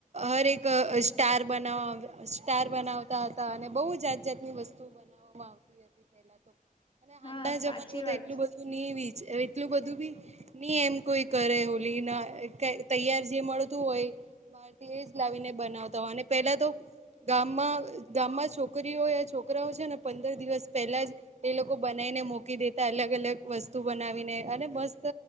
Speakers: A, on the right (about 50°); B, on the left (about 35°).
A: હર એક અ સ્ટાર બનાવ સ્ટાર બનાવતા હતા અને બહુ જાત જાતની વસ્તુઓ બનાવવામાં આવતી હતી. અને હાલના
B: હા
A: જમાનામાં
B: સાચી
A: તો
B: વાત
A: એટલું
B: છે
A: બધું નહી એટલું બધું બી નઈ એમ કોઈ કરે હોલી ના તૈયાર જે મળતું હોય બાર એ જ તવીને બનાવતા હોય અને પેલા તો ગામમાં ગામમાં છોકરીઓએ છોકરાઓ છે ને પંદર દિવસ પહેલા જ એ લોકો બનાવીને મુકી દેતા અલગ અલગ વસ્તુ બનાવીને અને મસ્ત